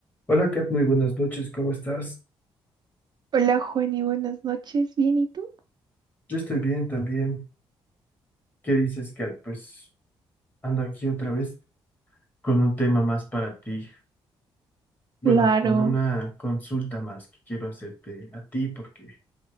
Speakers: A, on the left; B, on the right.
A: Hola Kat, muy buenas noches, ¿cómo estás?
B: Hola, Juani, buenas noches. ¿Bien y tú?
A: Yo estoy bien también. ¿Qué dices, Kat? Pues ando aquí otra vez con un tema más para ti. Bueno,
B: Claro,
A: con una consulta más que quiero hacerte a ti porque,